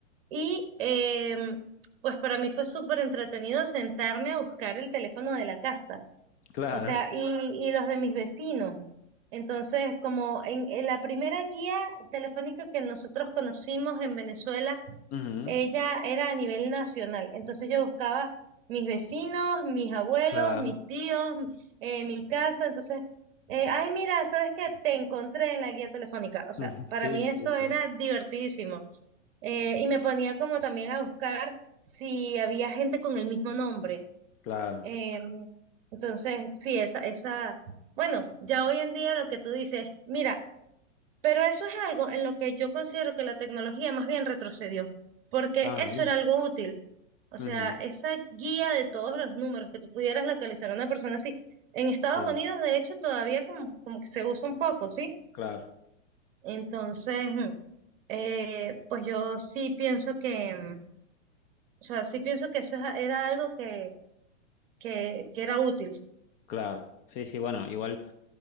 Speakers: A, on the right; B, on the left.
A: y em, pues para mí fue súper entretenido sentarme a buscar el teléfono de la casa,
B: Claro.
A: o sea, y, y los de mis vecinos. Entonces, como en, en la primera guía telefónica que nosotros conocimos en Venezuela,
B: Ujú,
A: ella era a nivel nacional. Entonces yo buscaba mis vecinos, mis abuelos,
B: Claro.
A: mis tíos, eh, mi casa. Entonces, eh, ay, mira, ¿sabes qué? Te encontré en la guía telefónica.
B: <laughs>
A: O sea,
B: Ujú, Sí,
A: para mí eso
B: sí, sí.
A: era divertidísimo. Eh, y me ponía como también a buscar si había gente con el mismo nombre.
B: Claro.
A: Eh, entonces, sí, esa, esa, bueno, ya hoy en día lo que tú dices, mira, pero eso es algo en lo que yo considero que la tecnología más bien retrocedió, porque
B: Ah,
A: eso
B: bien.
A: era algo útil. O
B: Ujú,
A: sea, esa guía de todos los números que tú pudieras localizar a una persona así. En Estados
B: Sí,
A: Unidos, de hecho, todavía como, como que se usa un poco, ¿sí?
B: claro,
A: Entonces, mm, eh, pues yo sí pienso que... mm, O sea, sí pienso que eso es era algo que, que, que era útil.
B: claro. Sí, sí, bueno, igual.